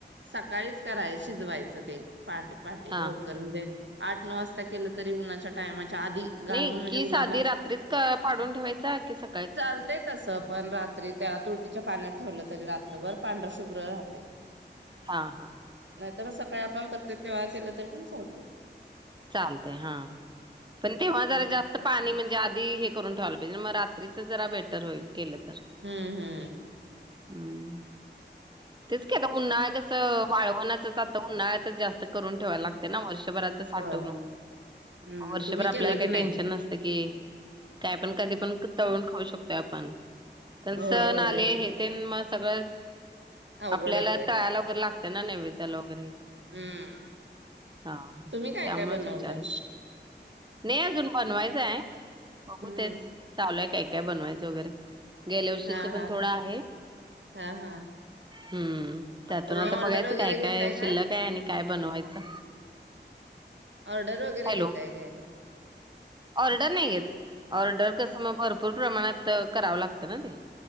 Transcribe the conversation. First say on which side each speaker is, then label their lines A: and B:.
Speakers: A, on the right; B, on the right.
A: सकाळीच कराय, शिजवायचं ते पाहटे पाहटे
B: हां,
A: लवकर
B: हां.
A: म्हणजे आठ नऊ वाजता केलं तरी उन्हाच्या टायमाच्या आधी घालून
B: नाही,
A: म्हणजे
B: कीस
A: उन्हाला
B: आधी रात्रीच पाडून ठेवायचा की सक
A: चालतंय तसं पण रात्री त्या तुटीच्या पाण्यात ठेवलं तरी रात्रभर पांढरं शुभ्र राहतय
B: हा, हा, हा
A: नाही तर मग सकाळी आपण करतोय तेव्हा केलं तरी पण पोलतोय
B: चालतय हा, पण तेव्हा
A: हम्म
B: जरा जास्त पाणी म्हणजे आधी हे करून ठेवायला पाहिजे, म रात्रीच जरा बेटर होईल केलं तर
A: हम्म हम
B: हम् तेच की आता उन्हाळा कसं वाळवंणातच आता उन्हाळा्यात जास्त करून ठेवाय लागतें ना वर्षभराचं साठवणूक,
A: होय हम्म
B: वर्षभर
A: तुम्ही
B: आपल्याला
A: केलं
B: काय
A: की नाही?
B: टेन्शन नसत की काय पण, कधी पण तळून खाऊ शकतो आपण, पण
A: होय
B: स
A: होय
B: आले तेणं म सगळंच
A: अवघड
B: आपल्याला
A: होतय
B: तळयला वगैरे लागतं ना नैवेद्याला वगैरे हा,
A: हम्म
B: हा
A: तुम्ही काय
B: त्यामुळेच
A: काय बनवलंय?
B: विचारलं. नाही अजून बनवायचं आहे. बघू
A: हम्म
B: तेच चावलंय काय काय बनवायचं वगैरे. गेल्या वर्षीच
A: हा
B: पण
A: हा
B: थोडं आहे
A: हा हा,
B: हम्म, त्यातून
A: तुम्ही
B: आता
A: ऑर्डर
B: बघायचं
A: वगैरे
B: काय काय
A: घेताय
B: शिल्लक आहे. आणि काय बनवायचं.
A: ऑर्डर वगैरे
B: हॅलो
A: घेताय काय.
B: ऑर्डर नाही घेत. ऑर्डर कसं मग भरपूर प्रमाणात करावं लागतं ना ते.